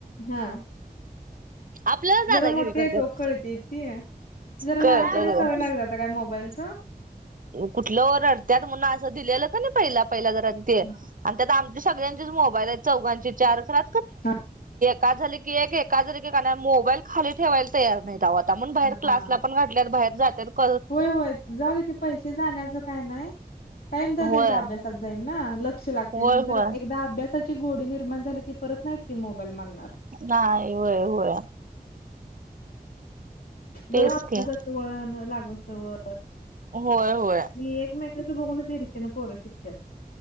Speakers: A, on the left; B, on the right.
A: हा
B: आपल्याला दादागिरी
A: जरा मोठे
B: करत्यात
A: येतोकळती य ते जरा लहानपणी
B: कळतय
A: सवय लाग जात काय मोबाईलचं
B: कुठलं व रडत्यात म्हणून असं दिलेलं का नाही पहिला पहिल्या घरात
A: हां,
B: ते आणि त्या आमच्या सगळ्यां चौ चार ख
A: हां,
B: का झाले की एके का झाले की काण मोबाईल खाली ठेवायला तयार नाही गावात बाहेर क्सला
A: हां.
B: पण घातल्यात बाहेर जातात
A: होय होय जाऊ तिथे पैसे जाण्याच काय नाही टाईम तर
B: होय
A: त्यांचा अभ्यासात जाईल ना ल लक्ष लागते
B: होय
A: नंतर
B: होय
A: एकदा अभ्यासाची गोडी निर्माण झाली की परत नाहीत ती मोबाईल मागणार
B: ना येववय तेच
A: जर आपल्यास
B: की
A: वळण लाग असत व
B: होय होय
A: मी एकमेकांच बघूनच येरश ना पोरं शिकतात